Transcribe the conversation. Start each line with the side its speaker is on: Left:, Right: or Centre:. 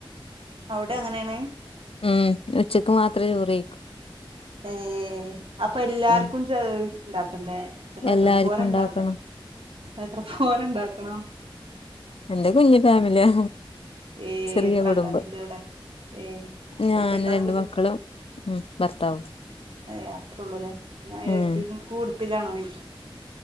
Right: അവിടെ അങ്ങനെ ആണ്.
Left: ഉം ഉച്ചക്ക് മാത്രമേ ചോറ് കഴി
Right: ഏഹ് അപ്പൊ എല്ലാർക്കും
Left: ഉം
Right: ചേർ ഇണ്ടാക്കണ്ടേ? അപ്പൊ
Left: എല്ലാർക്കും
Right: എത്ര പോരക്ക്
Left: ഉണ്ടാക്കണം
Right: ഇണ്ടാക്കാം, എത്ര പോരണ്ടാക്കണം.
Left: എന്റെ കുഞ്ഞു ഫാമിലിയോ
Right: ഏ
Left: ചെറിയ
Right: എത്ര
Left: കുടുംബം
Right: ആൾക്കാരുണ്ട് ഇവിടെ ഏ
Left: ഞാന്
Right: ഒറ്റക്കാ
Left: രണ്ട്
Right: വീട്
Left: മക്കളും ഉം ഭർത്താവും.
Right: ഏയ്‌ അത്രയുള്ളൂലേ, ഞാൻ വിചാരിച്ചു
Left: ഉം
Right: കൂടുത്തിലാണോന്ന്.